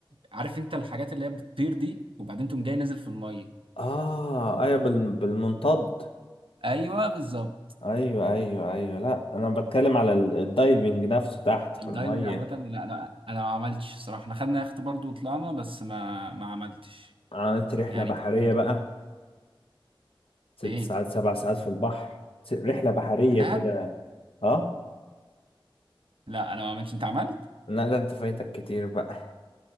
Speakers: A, on the right; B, on the left.
A: عارف انت الحاجات اللي هي بتطير دي وبعدين تقوم جاي نازل في الميه
B: اه ايوه بال- بالمنطاد
A: ايوه بالظبط
B: ايوه ايوه ايوه لا انا بتكلم على ال- الدايفنج نفسه تحت في
A: الدايفنج
B: المية
A: عامه لا لا انا ما عملتش صراحه احنا خدنا يخت برضه وطلعنا بس ما ما عملتش
B: عملت رحلة
A: يعني
B: بحرية
A: كان
B: بقى ست
A: فين
B: ساعات سبع ساعات في البحر س- رحلة بحرية
A: في دهب
B: كده اه
A: لا انا ما عملتش انت عملت
B: لا ده انت فايتك كتير بقى